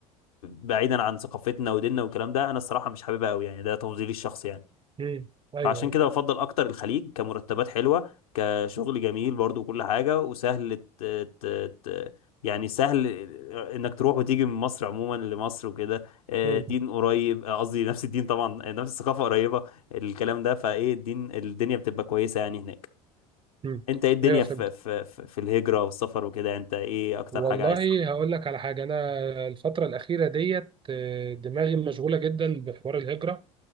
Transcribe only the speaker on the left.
بعيدا عن ثقافتنا وديننا والكلام ده انا الصراحة مش حاببها قوي يعني ده تفضيلي الشخصي يعني
فعشان كده بفضل اكتر الخليج كمرتبات حلوه كشغل جميل برضو وكل حاجه وسهل ت... ت... ت... يعني سهل انك تروح وتيجي من مصر عموما لمصر وكده آه،
دين قريب آه، قصدي نفس الدين طبعا آه، نفس الثقافه قريبه الكلام ده فايه الدين الدنيا بتبقى كويسه يعني هناك
انت ايه الدنيا
في في في في الهجره والسفر وكده انت ايه اكتر
حاجه عايز